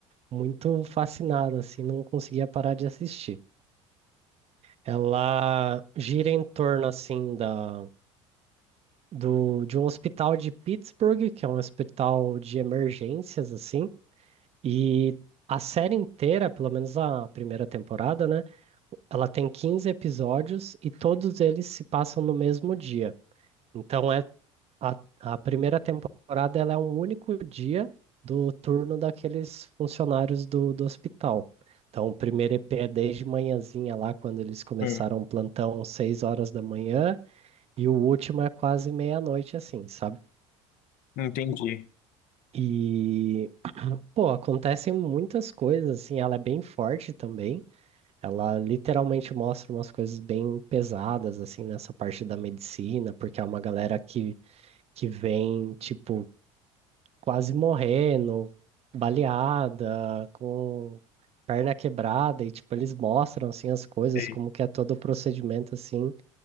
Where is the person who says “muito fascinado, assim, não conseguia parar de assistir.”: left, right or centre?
Right